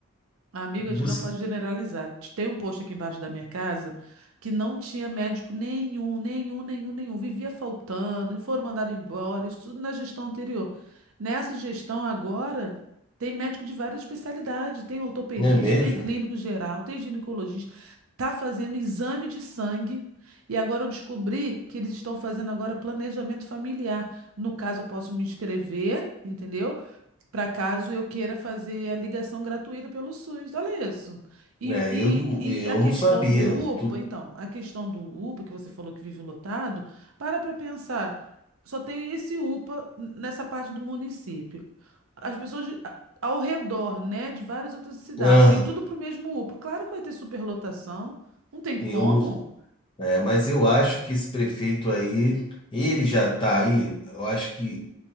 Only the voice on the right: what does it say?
Amiga,
a gente não pode generalizar. T- Tem um posto aqui embaixo da minha casa que não tinha médico nenhum, nenhum, nenhum, nenhum. Vivia faltando e foram mandados embora. Isso tudo na gestão anterior. Nessa gestão agora, tem médico de várias especialidades. Tem ortopedista,
tem clínico geral, tem ginecologista. Tá fazendo exame de sangue. E agora eu descobri que eles estão fazendo agora planejamento familiar. No caso, eu posso me inscrever, entendeu? para caso eu queira fazer a ligação gratuita pelo SUS. Olha isso. E,
e,
e a questão
do UPA,
então, a questão do UPA, que você falou que vive lotado, para para pensar, só tem esse UPA nessa parte do município. As pessoas de- a- ao redor, né, de várias outras cidades,
vem tudo para o mesmo UPA. Claro que vai ter superlotação, não tem como.